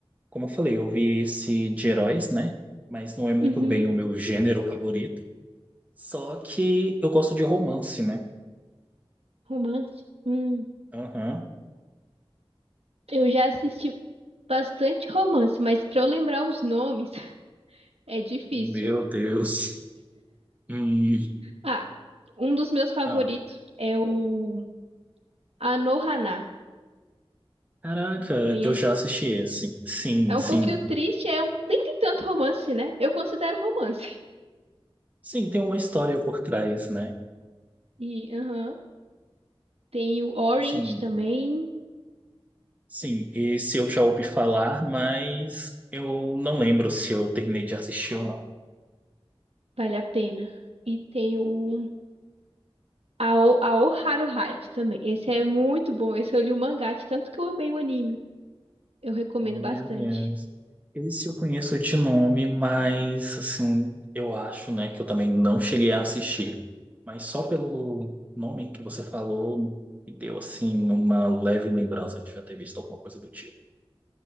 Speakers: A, on the right (about 15°); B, on the right (about 90°).
A: Como eu falei, eu vi esse de heróis, né? Mas não é muito
B: Uhum,
A: bem o meu gênero favorito. Só que eu gosto de romance, né?
B: romance. Hum,
A: Aham.
B: eu já assisti bastante romance, mas para eu lembrar os nomes É difícil.
A: Meu Deus. Hum.
B: Ah, um dos meus favoritos
A: Ah,
B: é o Anohana.
A: caraca,
B: Conhece?
A: eu já assisti esse. Sim,
B: É
A: sim.
B: um pouquinho triste, é um... nem tem tanto romance, né? Eu considero romance.
A: Sim, tem uma história por trás, né?
B: E aham, tem o Orange
A: Assim,
B: também,
A: sim, esse eu já ouvi falar, mas eu não lembro se eu terminei de assistir ou não.
B: vale a pena. E tem o Ao- Aoharu Hide também. Esse é muito bom. Esse eu li o mangá, de tanto que eu amei o anime. Eu recomendo
A: Meu
B: bastante.
A: Deus. Esse eu conheço de nome, mas assim, eu acho, né, que eu também não cheguei a assistir. Mas só pelo nome que você falou, me deu assim uma leve lembrança de já ter visto alguma coisa do tipo.